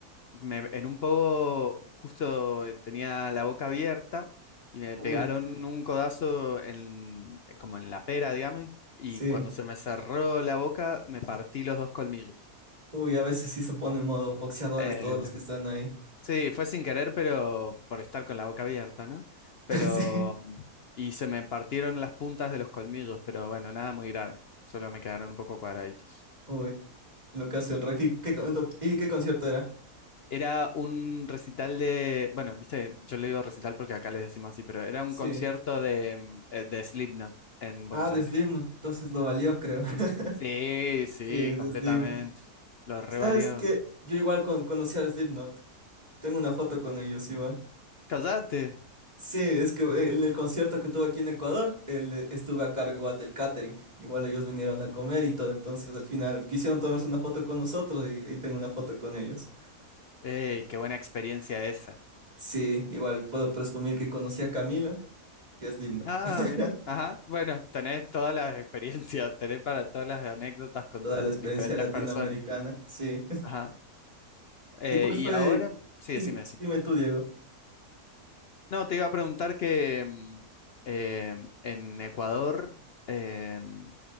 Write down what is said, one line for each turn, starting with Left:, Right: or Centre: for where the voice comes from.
Left: me- en un poco justo eh, tenía la boca abierta y me
Right: Uy,
Left: pegaron un codazo en, como en la pera, digamos, y
Right: sí,
Left: cuando se me cerró la boca me partí los dos colmillos.
Right: uy, a veces sí se pone en modo boxeadores
Left: Eh,
Right: todos los que están ahí. <laughs>
Left: sí, fue sin querer, pero por estar con la boca abierta, ¿no? Pero,
Right: Sí,
Left: y se me partieron las puntas de los colmillos, pero bueno, nada muy grave, solo me quedaron un poco cuadraditos.
Right: uy, lo que hace el rock. ¿Y qué, con- y qué concierto era?
Left: Era un recital de, bueno, viste, yo le digo recital porque acá les decimos así, pero era un
Right: Sí.
Left: concierto de, mm, eh, de Slipknot en Buenos
Right: Ah, de
Left: Aires.
Right: Slipknot, entonces lo valió, creo. <laughs>
Left: Sí, sí,
Right: Sí, de
Left: completamente.
Right: Slipknot.
Left: Lo revalió.
Right: ¿Sabes qué? Yo igual con- conocí a Slipknot. Tengo una foto con ellos igual.
Left: Cállate.
Right: Sí, es que eh, en el concierto que tuve aquí en Ecuador, él, eh, estuve a cargo igual del catering. Igual ellos vinieron a comer y todo, entonces al final quisieron tomarse una foto con nosotros y, y tengo una foto con ellos.
Left: Ey, qué buena experiencia esa.
Right: Sí, igual puedo presumir que conocí a Camilo y a Slipknot.
Left: Ah,
Right: <laughs>
Left: mira, ajá. Bueno, tenés todas las experiencias, <laughs> tenés para todas las anécdotas con
Right: Toda la experiencia
Left: diferentes
Right: latinoamericana,
Left: personas.
Right: sí.
Left: Ajá.
Right: <laughs>
Left: Eh,
Right: ¿Y cuál fue?
Left: y ahora, sí,
Right: Sí,
Left: decime, decime.
Right: dime tú, Diego.
Left: No, te iba a preguntar que mm, em, en Ecuador em,